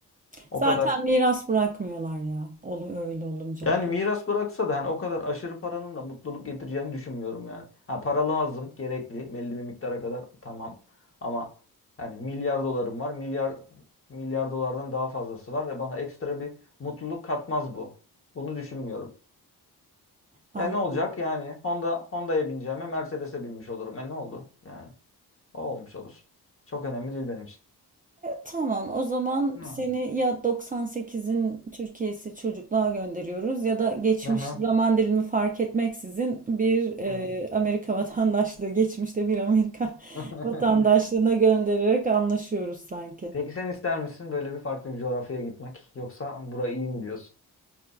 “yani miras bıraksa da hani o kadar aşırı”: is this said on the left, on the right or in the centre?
Left